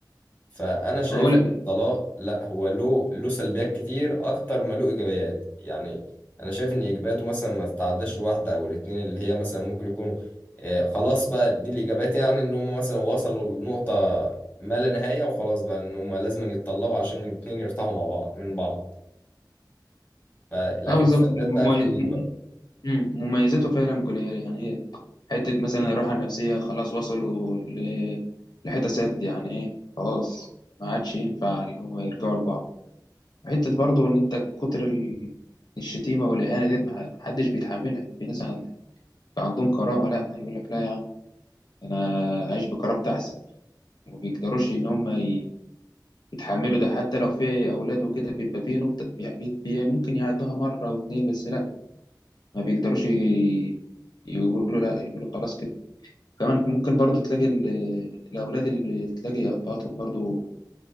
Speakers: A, on the left (about 20°); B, on the left (about 65°).
A: فأنا شايف
B: ما هو لا
A: الطلاق لا هو له له سلبيات كتير أكتر ما له إيجابيات يعني أنا شايف إن إيجابياته مثلا ما تتعداش الواحدة أو الاتنين اللي هي مثلا ممكن يكونوا آه، خلاص بقى دي الإيجابيات يعني إن هم مثلا وصلوا لنقطة ما لا نهاية وخلاص بقى إن هم لازم يتطلقوا عشان الاتنين يرتاحوا مع بعض من بعض ف- لكن
B: أه بالظبط
A: السلبيات
B: ممي-
A: بقى كتير بقى
B: مم- مميزاته فعلا جولية يعني هي حتة مثلا الراحة النفسية خلاص وصلوا ل- لحتة سد يعني إيه خلاص ما عادش ينفع اللي هو يرجعوا لبعض حتة برضه إن أنت كتر ال- الشتيمة والإهانة ديت ما ما حدش بيتحملها في ناس عن- عندهم كرامة لا يقول لك لا يا عم أنا أعيش بكرامتي أحسن وما بيقدروش ان هم ي- يتحملوا ده حتى لو في اولاد وكده بيبقى فيه نقطة بي- بي- ممكن يعدوها مرة واتنين بس لا ما بيقدروش ي- يقولوا لا يقولوا خلاص كده كمان ممكن برضو تلاقي ال- الاولاد اللي تلاقي ابهاتهم برضو